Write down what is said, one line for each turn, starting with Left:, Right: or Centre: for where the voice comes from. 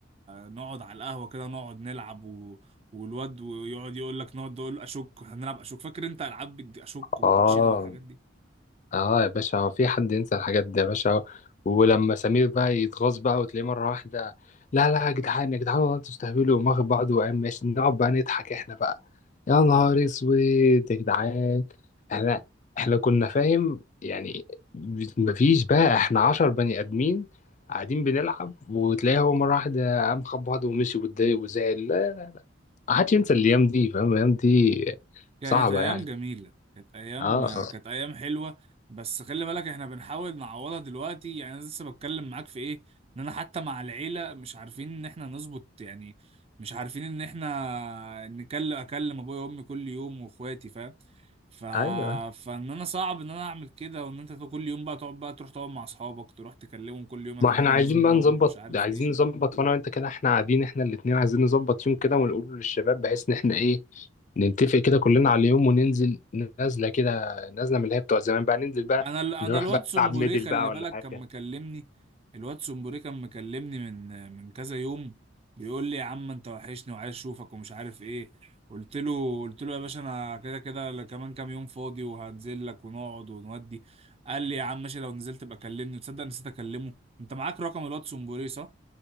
Right: نقعد على القهوة كده نقعد نلعب و... والواد ويقعد يقول لك نقعد نقول اشك هنلعب اشك فاكر انت العاب الد- اشك والكوتشينة
Left: اه
Right: والحاجات دي
Left: اه يا باشا هو في حد ينسى الحاجات دي يا باشا ولما سمير بقى يتغاظ بقى وتلاقيه مرة واحدة لا لا يا جدعان يا جدعان والله انتوا تستهبلوا وقام واخد بعضه وقام ماشي نقعد بقى نضحك احنا بقى يا نهار اسود يا جدعان احنا احنا كنا فاهم يعني مفيش بقى احنا عشر بني ادمين قاعدين بنلعب وتلاقيه هو مرة واحدة قام خد بعضه ومشي واتضايق وزعل لا محدش ينسى الايام دي فاهم الايام دي
Right: كانت
Left: صعبة
Right: ايام
Left: يعني
Right: جميله كانت ايام
Left: اه اه
Right: كانت ايام حلوه بس خلي بالك احنا بنحاول نعوضها دلوقتي يعني انا لسه بتكلم معاك في ايه ان انا حتى مع العيله مش عارفين ان احنا نظبط يعني مش عارفين ان احنا نكلم اكلم ابويا وامي كل يوم واخواتي فاهم ف...
Left: ايوه
Right: فان انا صعب ان انا اعمل كده وان انت كل يوم بقى تقعد بقى تروح تقعد مع اصحابك تروح تكلمهم كل يوم يا
Left: ما
Right: جدعان
Left: احنا عايزين
Right: عايزين
Left: بقى
Right: نقعد
Left: نظبط
Right: مش عارف
Left: عايزين
Right: ايه
Left: نظبط وانا وانت كده احنا قاعدين احنا الاتنين عايزين نظبط يوم كده ونقوله للشباب بحيث ان احنا ايه نتفق كده كلنا على يوم وننزل نازله كده نازله من اللي هي بتوع زمان بقى ننزل بقى
Right: انا ال- انا
Left: نروح
Right: الواد
Left: بقى
Right: سمبوري
Left: نلعب ميدل
Right: خلي
Left: بقى ولا
Right: بالك
Left: حاجه
Right: كان مكلمني الواد سمبوري كان مكلمني من من كذا يوم بيقول لي يا عم انت وحشني وعايز اشوفك ومش عارف ايه قلت له قلت له يا باشا انا كده كده ل- كمان كام يوم فاضي وهنزل لك ونقعد ونودي قال لي يا عم ماشي لو نزلت ابقى كلمني تصدق نسيت اكلمه انت معاك رقم الواد سمبوري صح